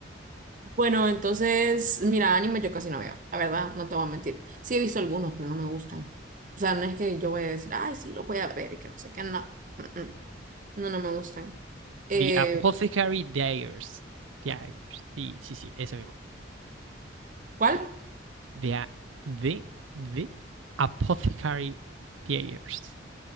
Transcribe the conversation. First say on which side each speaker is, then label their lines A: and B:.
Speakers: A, on the right; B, on the right.
A: Bueno, entonces, mira, anime yo casi no veo, la verdad, no te voy a mentir. Sí he visto algunos, pero no me gustan. O sea, no es que yo voy a decir, ay, sí, lo voy a ver y que no sé qué, no. Mm, mm. No, no me gustan. Eh,
B: The Apothecary Diaries. Diaries. Sí, sí, sí, ese mismo.
A: ¿cuál?
B: The, a- de, de Apothecary Diaries.